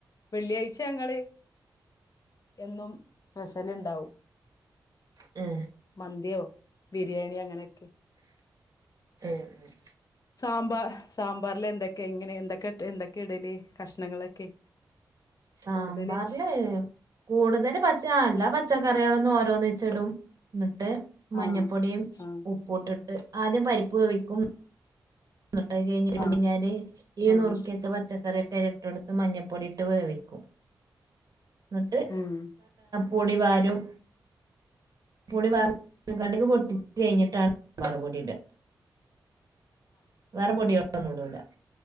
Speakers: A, on the left (about 50°); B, on the right (about 50°).
A: വെള്ളിയാഴ്ച ഞങ്ങൾ എന്നും സ്പെഷൽ ഇണ്ടാവും
B: ഏ
A: മന്തിയോ ബിരിയാണിയോ അങ്ങനെക്കെ
B: ഉം ഉം
A: സാമ്പാർ സാമ്പാറൽ എന്തൊക്കെയ ഇങ്ങനെ എന്തൊക്കെ എന്തൊക്കെ ഇടല് കഷ്ണങ്ങളൊക്കെ
B: സാമ്പാറല്ലേ
A: കൂടുതല്
B: കൂടുതല് പച്ച അല്ല പച്ചക്കറികളൊന്നും ഓര ഒന്നിച്ച് ഇടും എന്നിട്ട് മഞ്ഞപ്പൊടിയും
A: ആഹ് ആഹ്
B: ഉപ്പു യിട്ടിട്ട് ആദ്യം പരിപ്പ് വേവിക്കും എന്നിട്ട് കഴിഞ്ഞി കുടിഞ്ഞാല്
A: ആഹ്
B: ഈ
A: ആഹ്
B: നുറുക്കി വെച്ച പച്ചക്കറിയെക്കെ അതിൽ ഇട്ട് കെടുത്ത് ത് മഞ്ഞപ്പൊടിയിട്ട് വേവിക്കും എന്നിട്ട്
A: ഉം
B: പൊടി വാരി രും പൊടി വാർ കണ്ടക്ക്ക് പൊട്ടിച്ചു കഴിഞ്ഞിട്ടാണ് വറുപൊടിയിട വേറെ പൊടിയികൊന്നും ഇടൂല